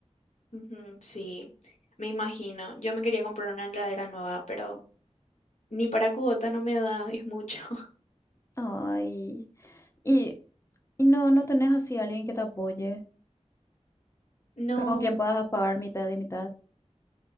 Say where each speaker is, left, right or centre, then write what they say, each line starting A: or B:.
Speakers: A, on the left; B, on the left.
A: Ujú, sí, me imagino. Yo me quería comprar una heladera nueva, pero ni para cubota no me da, es mucho. <laughs>
B: Ay, y, y no, no tenés así alguien que te apoye,
A: No.
B: que con quien puedas pagar mitad y mitad.